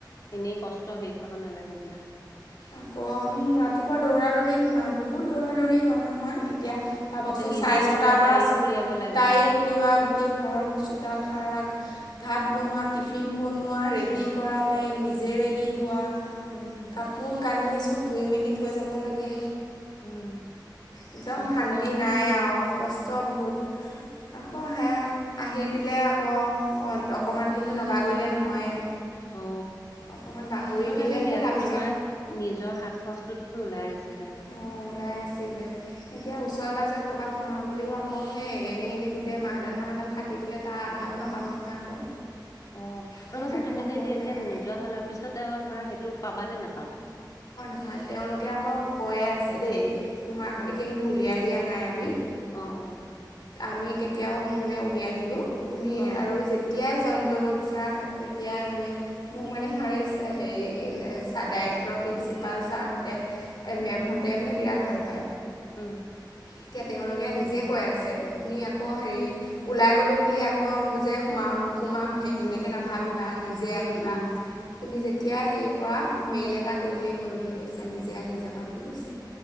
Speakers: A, on the left; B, on the left.
A: এনেই কষ্ট হেৰি খাব নালাগে দিয়া।
B: আকৌ উম, ৰাতিপুৱা দৌৰা দৌৰি কিমান বহুত দৌৰা দৌৰি হয় নহয়। এতিয়া ভাবকচোন
A: তাতে নিজে
B: চাৰে ছটাৰ
A: ওলোৱা
B: পৰা
A: তাইকো উলিয়াব লাগে
B: তাই উলিওৱা গোটেই ঘৰৰ চোতাল সাৰা ভাত বনোৱা টিফিন বনোৱা ৰেডি কৰা তাইক নিজে ৰেডি হোৱা
A: উম,
B: কাপোৰ কানি চব ধুই মেলি থৈ যাব লাগে।
A: উম
B: একদম
A: কষ্ট
B: শান্তি নাই আৰু কষ্ট বহুত আকৌ সেয়া আহি পাই আকৌ অ, অকমান কিন্তু নাবাগৰিলে নহয়েই।
A: অ,
B: অকণমান বাগৰি
A: তথাপিও
B: পেলেহে
A: দিয়াচোন
B: তাৰপিছত
A: তোমাৰ নিজৰ হাত খচটোতো ওলাই আছিলে ধৰা।
B: ওলাই এতিয়া ওচৰে পৰে সোমাবও আকৌ এ এনেই গো মাহডাল - মাহডাল কাট পেলাই তাৰ আধাও নাপাম নহয় আকৌ
A: অ,
B: সেইকাৰণে
A: ৰ'বাচোন তুমি
B: নকৰোঁৱে
A: যে এতিয়া - এতিয়া
B: আৰু
A: নোযোৱা হ'লা পিছতকৌ ধৰা সেইটো পাবা নে নাপাবা।
B: হয় তেওলোকে আকৌ দেই তোমাক
A: অ',
B: এতিয়া কিন্তু উলিয়াই দিয়া নাই আমি
A: অ', অ',
B: আমি কেতিয়াও মানে উলিয়াই নিদিও তুমি
A: অ',
B: আৰু যেতিয়াই জইন কৰিব বিচাৰ তাত তেতিয়া মানে মোক মানে সিহ হেৰি ডাইৰেক্টৰ প্ৰিঞ্চিপাল ছাৰহতে মেমহতে মানে বিৰা ভাল প
A: হম
B: এতিয়া তেওলোকে নিজে কৈ আছে তুমি আকৌ
A: উম,
B: হেৰি ওলাই গ'লো বুলি আকৌ যে সোমাও। সোমাম হে সেনেকে
A: নোসোমাম
B: নাভাবিবা নিজে
A: উম,
B: আহিবা
A: উম,
B: তুমি যে এতিয়া সেই পৰা মেইল এটা কৰিলেই হ'ল বুলি কৈছে নিজে আহি যাবা বুলি কৈছে।